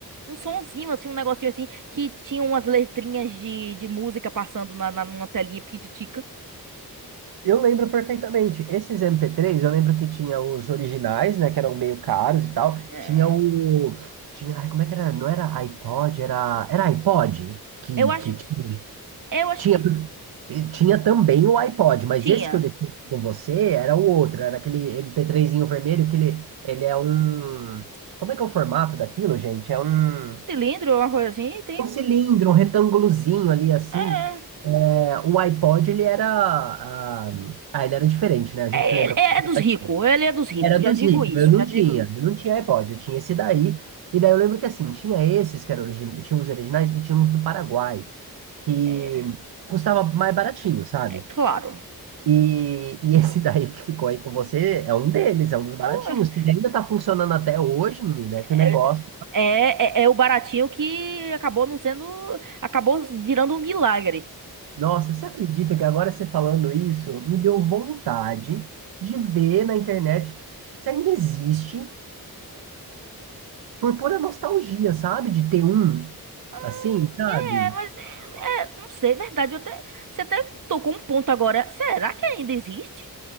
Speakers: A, on the right (about 55°); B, on the right (about 70°).
A: um sonzinho, assim, um negocinho assim, que tinha umas letrinhas de, de música passando na, na, numa telinha pititica.
B: Eu lembro perfeitamente. Esses mp três. eu lembro que tinha os originais, né, que eram meio caros e tal.
A: É.
B: Tinha o tinha, ai, como é que era? Não era iPod, era era iPod que
A: Eu acho
B: que tinha.
A: que, que- eu acho
B: Tinha,
A: que
B: e tinha também o iPod, mas
A: tinha
B: esse que eu deixei com você era o outro, era aquele MP3zinho vermelho que ele ele é um Como é que é o formato daquilo, gente? É um
A: cilindro, uma coisa assim, tem
B: um
A: um,
B: cilindro, um retângulozinho ali assim.
A: é,
B: É, o iPod ele era, ah, ah, ele era diferente, né? A gente
A: é,
B: lembra.
A: ele é
B: como Era
A: é dos
B: o
A: ricos,
B: iPod.
A: ele é dos ricos,
B: Era dos
A: já digo
B: ricos,
A: isso,
B: eu não
A: já digo
B: tinha,
A: isso.
B: eu não tinha iPod, eu tinha esse daí. E daí eu lembro que assim, tinha esses que eram origin... tinha os originais e tinha uns do Paraguai, que
A: É,
B: custava mais baratinho, sabe?
A: é claro.
B: E, e <laughs> esse daí que ficou aí com você é um deles, é um dos
A: Claro,
B: baratinhos. Se Ele ainda tá funcionando até hoje, menina, é que
A: É,
B: o negócio
A: é, é é o baratinho que acabou não sendo, acabou virando um milagre.
B: Nossa, você acredita que agora você falando isso me deu vontade de ver na internet se ainda existe, por pura nostalgia, sabe? De ter um,
A: Ah,
B: assim, sabe?
A: É, mas é, é, não sei, é verdade, eu até, você até tocou um ponto agora. Será que ainda existe?